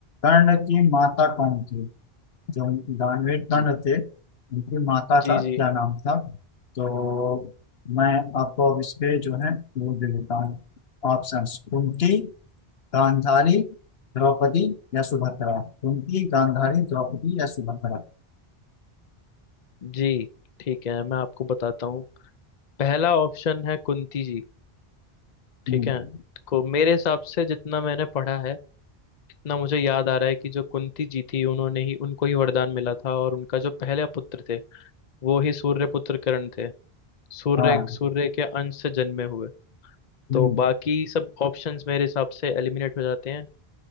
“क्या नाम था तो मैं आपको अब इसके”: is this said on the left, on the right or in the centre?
Left